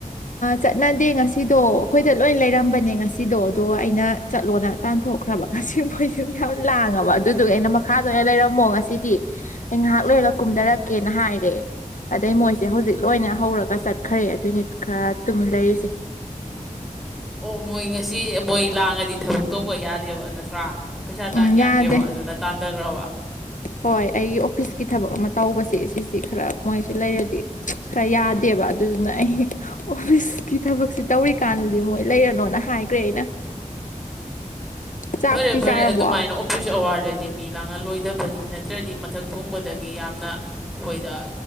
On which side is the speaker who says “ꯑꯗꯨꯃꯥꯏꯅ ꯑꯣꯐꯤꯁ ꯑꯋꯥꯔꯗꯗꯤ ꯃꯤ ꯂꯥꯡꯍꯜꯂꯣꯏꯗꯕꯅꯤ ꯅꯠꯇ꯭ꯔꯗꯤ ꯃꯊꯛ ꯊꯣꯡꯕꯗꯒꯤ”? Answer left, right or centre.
Centre